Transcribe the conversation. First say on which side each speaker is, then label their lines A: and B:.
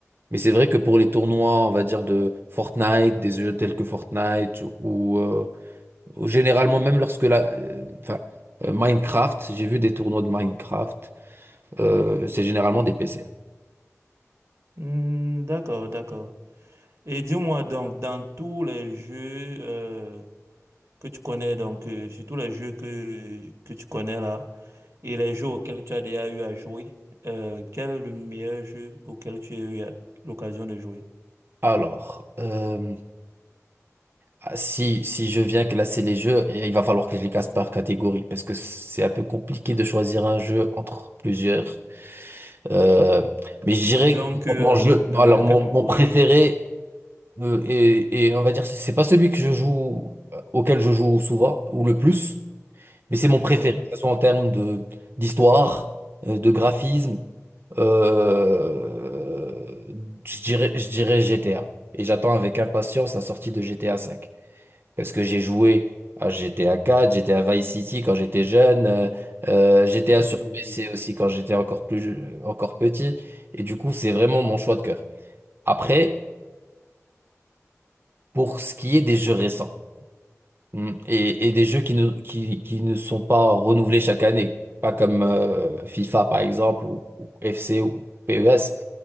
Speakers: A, on the right; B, on the right.
A: mais c'est vrai que pour les tournois, on va dire, de Fortnite, des jeux tels que Fortnite, ou euh, ou généralement même lorsque la... euh, Enfin, euh, Minecraft, j'ai vu des tournois de Minecraft, euh, c'est généralement des PC.
B: Hmm, d'accord, d'accord. Et dis-moi donc, dans tous les jeux euh, que tu connais, donc euh, sur tous les jeux que, que tu connais là, et les jeux auxquels tu as déjà eu à jouer, euh, quel est le meilleur jeu auquel tu as eu à- l'occasion de jouer?
A: Alors... euh, Ah, Si, si je viens classer les jeux, et il va falloir que je les classe par catégorie parce que c'est un peu compliqué de choisir un jeu entre plusieurs. Euh, mais je dirais,
B: Disons
A: que
B: que euh,
A: mon jeu,
B: dans
A: alors
B: deux
A: mon,
B: catégories.
A: mon préféré, euh, et, et on va dire, c'est c'est pas celui que je joue, euh, auquel je joue souvent ou le plus, mais c'est mon préféré,
B: Oui.
A: que ce soit en termes de d'histoire, euh, de graphisme. euh, je dirais, je dirais GTA. Et j'attends avec impatience la sortie de GTA V. Parce que j'ai joué à GTA 4, j'étais à Vice City quand j'étais jeune, euh, euh, GTA
B: Ouais,
A: sur PC
B: je
A: aussi quand j'étais encore plus, je- encore petit. Et du coup, c'est vraiment mon choix de cœur. Après, pour ce qui est des jeux récents hmm, et, et des jeux qui ne, qui, qui ne sont pas renouvelés chaque année, pas comme euh, FIFA par exemple ou, ou FC ou PES,